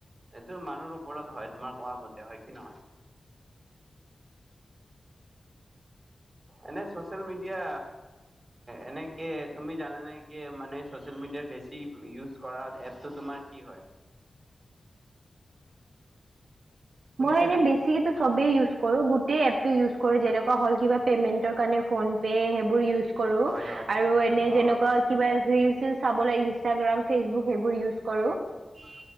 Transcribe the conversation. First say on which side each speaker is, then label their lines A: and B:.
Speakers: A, on the right (about 35°); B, on the right (about 80°).
A: এইটো মানুহ ওপৰত হয়ঁ তোমাৰ কোৱা মতে হয়ঁ কি নহয়। এনে ছচিয়েল কে মিডিয়া এনেকে তুমি জানানে কে মানে চচিয়েল মিডিয়াত বেছি। টিপ ইউজ কৰা এপটো তোমাৰ কি হয়? শুনিছেনে
B: মই এনেই বেছ - আজি কিতো সবেই ইউজ কৰো গোটেই এপটো ইউজ কৰোঁ যেনেকুৱ হ'ল কিবা পে'মেন্টৰ কাৰণে ফোন পে' সেইবোৰ ইউজ কৰো
A: হয় হয়
B: আৰু এনে
A: অ
B: যেনেকুৱা কিবা এভিফিল চাবলৈ ইনষ্টাগ্ৰাম ফেচবুক সেইবোৰ ইউজ কৰো।
A: টিট-